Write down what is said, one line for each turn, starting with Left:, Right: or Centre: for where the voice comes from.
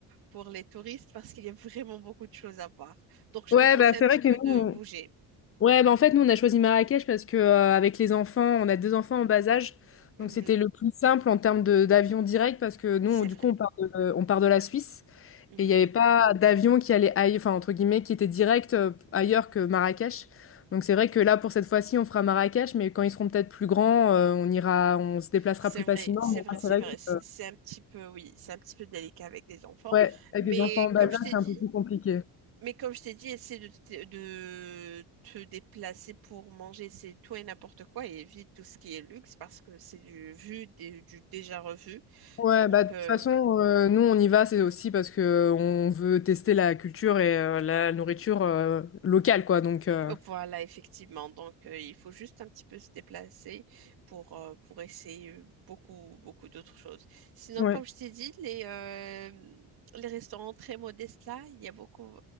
Right: pour les touristes parce qu'il y a vraiment beaucoup de choses à voir. Donc, je
Left: Ouais,
Right: te conseille
Left: bah c'est
Right: un petit
Left: vrai que
Right: peu
Left: nous,
Right: de bouger.
Left: on- ouais, bah en fait, nous, on a choisi Marrakech parce que euh, avec les enfants, on a deux enfants en bas âge,
Right: Mhm.
Left: donc c'était le plus simple en termes de d'avion direct parce que nous,
Right: C'est
Left: on- du
Right: vrai.
Left: coup, on part de, on part de la Suisse.
Right: Mhm.
Left: Et il n'y avait pas d'avion qui allait aille- enfin, entre guillemets, qui était direct euh, ailleurs que Marrakech. Donc c'est vrai que là, pour cette fois-ci, on fera Marrakech, mais quand ils seront peut-être plus grands, euh, on ira, on se déplacera
Right: C'est
Left: plus
Right: vrai,
Left: facilement.
Right: c'est
Left: Mais là,
Right: vrai, c'est
Left: c'est vrai
Right: vrai.
Left: que,
Right: C'est
Left: euh,
Right: c'est un petit peu, oui, c'est un petit peu délicat avec les enfants.
Left: ouais, avec
Right: Mais
Left: des enfants en bas
Right: comme
Left: âge,
Right: je t'ai
Left: c'est
Right: dit,
Left: un peu plus compliqué.
Right: mais comme je t'ai dit, essaie de, te- de te déplacer pour manger, c'est tout et n'importe quoi et évite tout ce qui est luxe parce que c'est du vu, des- du déjà revu.
Left: Ouais,
Right: Donc,
Left: bah, de
Right: euh,
Left: toute façon, euh, nous, on y va, c'est aussi parce que euh, on veut tester la culture et euh, la nourriture euh, locale, quoi. Donc, euh,
Right: Voilà, effectivement. Donc, euh, il faut juste un petit peu se déplacer pour, euh, pour essayer euh, beaucoup, beaucoup d'autres choses. Sinon,
Left: ouais.
Right: comme je t'ai dit, les, euh, les restaurants très modestes là, il y a beaucoup,